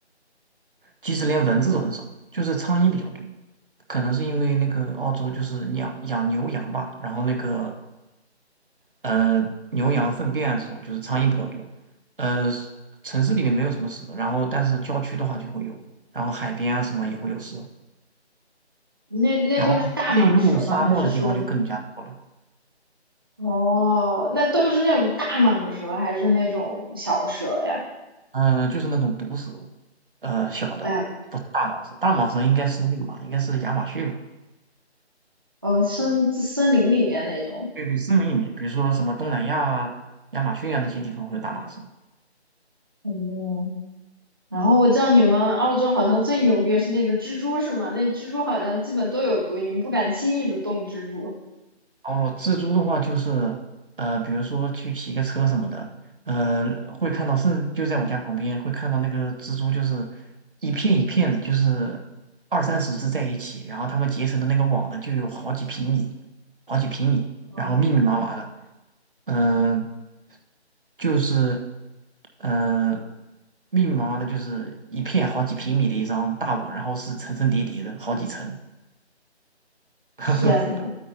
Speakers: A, on the right; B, on the right.
A: 即使连蚊子都很少，就是苍蝇比较多。可能是因为那个澳洲就是养养牛羊吧，然后那个呃牛羊粪便啊这种就是苍蝇比较多。呃，城市里面没有什么蛇，然后但是郊区的话就会有，然后海边啊什么也会有蛇，
B: 那那都是大蟒蛇吗？
A: 然后内陆沙漠的地方就更加多了。
B: 还是说，哦，那都是那种大蟒蛇，还是那种小蛇呀？
A: 嗯、呃，就是那种毒蛇，呃，小的不是大蟒蛇，
B: 哎呀，
A: 大蟒蛇应该是那个吧，应该是亚马逊吧。
B: 呃，森森林里面那种。
A: 对对，是名一面，比如说什么东南亚啊、亚马逊啊那些地方会有大马士。
B: 哦，然后我知道你们澳洲好像最牛逼的是那个蜘蛛，是吗？那蜘蛛好像基本都有毒，你们不敢轻易的动蜘蛛。
A: 哦，蜘蛛的话就是，呃，比如说去骑个车什么的，呃，会看到，是就在我家旁边会看到那个蜘蛛，就是一片一片的，就是二三十只在一起，然后它们结成的那个网呢，就有好几平米，好几平米，
B: 哦，
A: 然后密密麻麻的，嗯、就是，嗯，密密麻麻的，就是一片好几平米的一张大网，然后是层层叠叠的，好几层。<laughs>
B: 天呐，